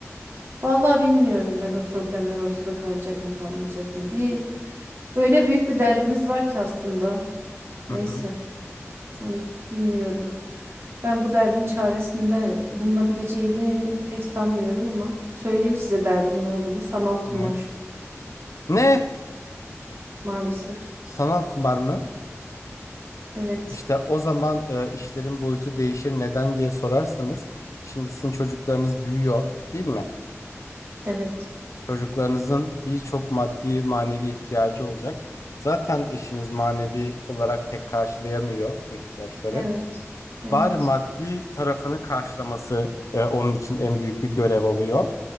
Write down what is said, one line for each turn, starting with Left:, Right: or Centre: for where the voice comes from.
Right: Vallahi bilmiyorum ben o problemler ortada kalacak mı kalmayacak mı. Bir öyle büyük bir derdimiz var ki aslında. Neyse.
Left: Hı hı.
Right: Hani bilmiyorum. Ben bu derdin çaresinde bulunabileceğini pek sanmıyorum ama söyleyeyim size derdin ne olduğunu. Sanal
Left: Ne?
Right: kumar
Left: Ne?
Right: maalesef.
Left: Sanal kumar mı?
Right: Evet.
Left: İşte o zaman e, işlerin boyutu değişir neden diye sorarsanız şimdi sizin çocuklarınız büyüyor değil mi?
Right: Evet.
Left: Çocuklarınızın birçok maddi manevi ihtiyacı olacak. Zaten eşiniz manevi olarak pek karşılayamıyor bu ihtiyaçları.
Right: Evet. Evet.
Left: bari maddi tarafını karşılaması e, onun için en büyük bir görev oluyor.